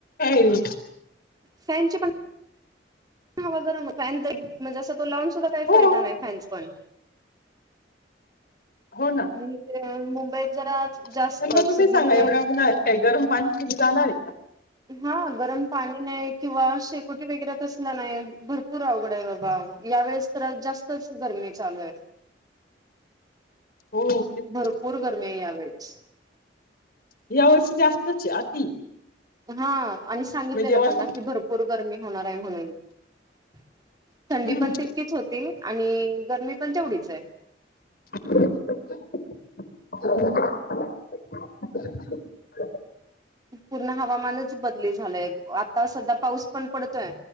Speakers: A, on the left; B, on the right.
A: नं <unintelligible>
B: फॅन ची पण हर फॅन म्हणजे अस तो लावून सुद्धा काही
A: हो
B: फायदा नाही फॅनस पण
A: हो ना
B: <unintelligible> मुंबईत जरा
A: तर
B: जास्तच
A: मग तुम्ही सांगा
B: म्हणजे
A: एवढ्या उन्हाळ्यात काही गरम पाणी पिणं जाणार आहे का?
B: हा गरम पाणी नाही किंवा शेकोटी वगैरे नाही भरपूर अवघड आहे बाबा या वेळेस तर जास्तच गरमी चालू आहे
A: हो तेच
B: भरपूर
A: ना
B: गर्मी आहे यावेेळेस
A: यावर्षी जास्तच ये अति
B: हा आणि सांगितलेलं
A: म्हणजे वर्ष
B: पण की भरपूर गरमी होणार आहे म्हणून <unintelligible> थंडी
A: हम्म
B: पण तितकीच होती. आणि गरमी पण तेवढीच ये.
A: <unintelligible> <unintelligible> <unintelligible>
B: पूर्ण हवामानच बदली झालाय आता सध्या पाऊस पण पडतोय